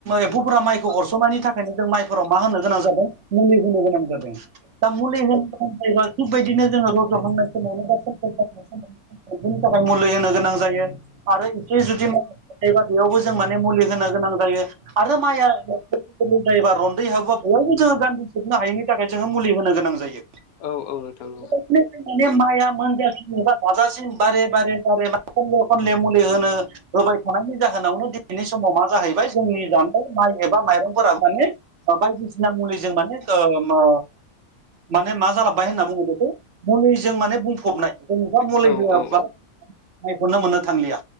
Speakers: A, on the right; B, on the left.
A: एम्फौफोरा माइखौ अरसननायनि थाखायनो जों माइफोराव मा होनो गोनां जादों मुलि होनो गोनां जादों। दा मुलि होन जायोबा थिगबायदिनो जोङो रजहोनांनाय समाव बा <unintelligible> फोरनि थाखाय मुलि होनो गोनां जायो आरो एसे जुदि नाथायबा बेयावबो जों माने मुलि होनो गोनां जायो। आरो माइया गोलोम जायोबा रन्दै हाबोबा बयबो जोङो गान्दि सोबनो हायैनि थाखाय जोङो मुलि होनो गोनां जायो।
B: औ औ नोंथां।
A: बे बायदिनो जों माइया मोनजासिम एबा दाजासिम बारे बारे बारे मे खनले खनले मुलि होनो होबाय थानायनि जाहोनावनो दिनैनि समाव मा जाहैबाय जोंनि जानाय माइ एबा माइरंफोरा माने बायदिसिना मुलिजों माने दो मो माने मा जालाबबाय होनना बुङो बेखौ मुलिजों माने बुंफबनाय जेनेबा मुलि
B: औ
A: होयाबा
B: औ
A: माइखौनो मोननो थांलिया